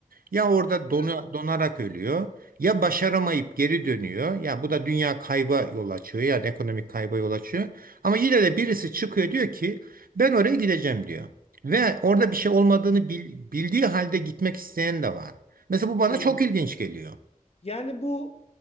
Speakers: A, on the right; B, on the left.
A: Ya orada donu-
B: evet.
A: donarak ölüyor ya başaramayıp geri dönüyor. Ya bu da dünya kayba yol açıyor yani ekonomik kayba yol açıyor. Ama yine de birisi çıkıyor diyor ki ben oraya gideceğim diyor. Ve orada bir şey olmadığını bil- bildiği halde gitmek isteyen de var. Mesela bu bana
B: Hmm.
A: çok ilginç geliyor.
B: Yani bu